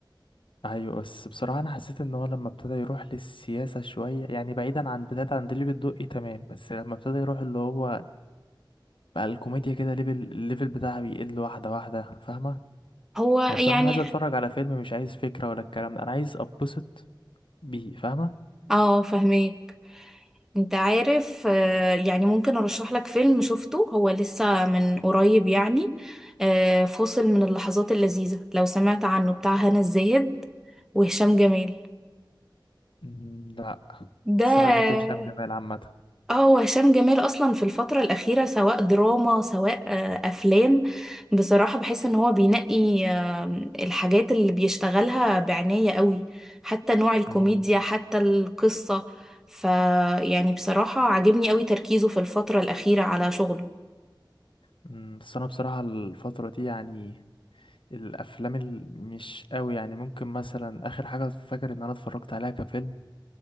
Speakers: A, on the left; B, in the centre.
A: ايوه بس بصراحه انا حسيت ان هو لما ابتدى يروح للسياسه شويه يعني بعيدا عن بدايه عند الليفل الدقي تمام بس لما ابتدى يروح اللي هو بقى الكوميديا كده ليفل الليفل بتاعه بيقل واحده واحده فاهمه
B: هو يعني
A: انا بصراحه انا عايز اتفرج على فيلم مش عايز فكره ولا الكلام ده انا عايز اتبسط بيه فاهمه
B: اه فاهمين انت عارف آه، يعني ممكن ارشح لك فيلم شفته هو لسه من قريب يعني آه، فاصل من اللحظات اللذيذة لو سمعت عنه بتاع هنا الزاهد وهشام جمال
A: مم، لا
B: ده
A: بس انا بحب هشام جمال عامه
B: اه وهشام جمال اصلا في الفترة الأخيرة سواء دراما سواء آه، افلام بصراحة بحس ان هو بينقي آه، الحاجات اللي بيشتغلها بعناية قوي حتى نوع الكوميديا
A: مم،
B: حتى القصة ف يعني بصراحة عاجبني قوي تركيزه في الفترة الأخيرة على شغله
A: مم، بس انا بصراحه الفتره دي يعني الافلام ال- مش قوي يعني ممكن مثلا اخر حاجه فاكر ان انا اتفرجت عليها كفيلم